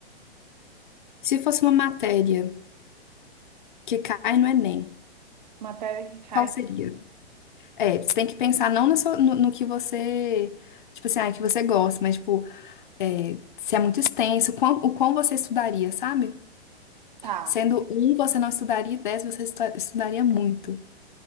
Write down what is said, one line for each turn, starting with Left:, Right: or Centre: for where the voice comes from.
Left: Se fosse uma matéria que cai no Enem,
Right: Matéria que cai.
Left: qual seria? É, você tem que pensar não no, seu- no- no que você, tipo assim, ah, que você gosta, mas, tipo, é, se é muito extenso, o quão, o quão você estudaria, sabe?
Right: Tá.
Left: Sendo um, você não estudaria, e dez, você estu- estudaria muito.